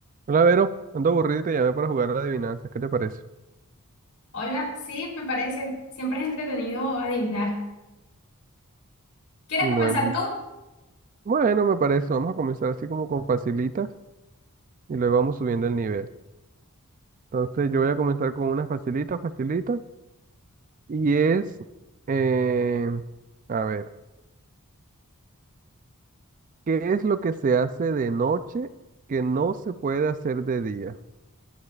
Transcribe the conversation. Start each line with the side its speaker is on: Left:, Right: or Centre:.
Right: Hola, Vero. Ando aburrido y te llamé para jugar a adivinanzas. ¿Qué te parece?
Left: Hola, sí, me parece. Siempre es entretenido adivinar. ¿Quieres
Right: Bueno,
Left: comenzar
Right: y-
Left: tú?
Right: bueno, me parece. Vamos a comenzar así como con facilitas y luego vamos subiendo el nivel. Entonces yo voy a comenzar con una facilita, facilita. Y es, eh, a ver, ¿qué es lo que se hace de noche que no se puede hacer de día?